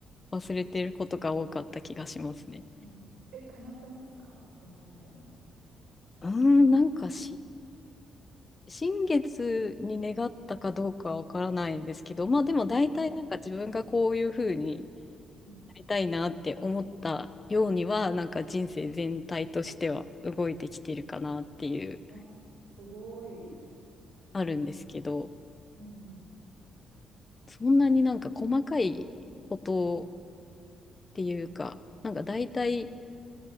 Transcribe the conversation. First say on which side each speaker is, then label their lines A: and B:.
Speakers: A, on the left (about 30°); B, on the right (about 85°).
A: ま忘れてることが多かった気がしますね。
B: うん。え、叶ってますか今までの。
A: うーん、なんかし、新月に願ったかどうかわからないんですけど、まあでも大体なんか自分がこういうふうに
B: うんうん
A: なりたいなって思ったようには、なんか人生全体としては動いてきてるかなっていう、
B: あ、すごい。
A: あるんですけど、
B: うんうん
A: そんなになんか細かいことっていうか、なんか大体、